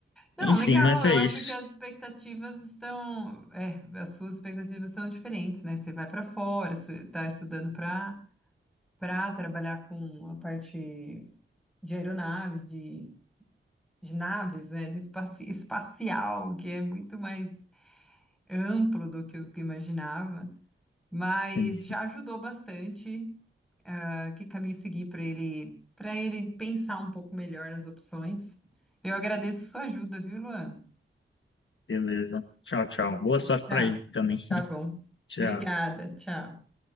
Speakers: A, in the centre; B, on the left.
A: Não,
B: enfim,
A: legal.
B: mas
A: Eu
B: é
A: acho
B: isso.
A: que as expectativas estão, é, as suas expectativas são diferentes, né? Você vai para fora, está estudando para para trabalhar com a parte de aeronaves, de, de naves, né? De espaci- espacial, que é muito mais amplo do que eu que eu imaginava. mas
B: Sim, sim.
A: já ajudou bastante ah, que caminho seguir para ele, para ele pensar um pouco melhor nas opções. Eu agradeço sua ajuda, viu, Luan?
B: Beleza. Tchau, tchau.
A: Obrigada,
B: Boa sorte
A: tchau.
B: pra ele também. <laughs>
A: Tá bom.
B: Tchau.
A: Obrigada, tchau.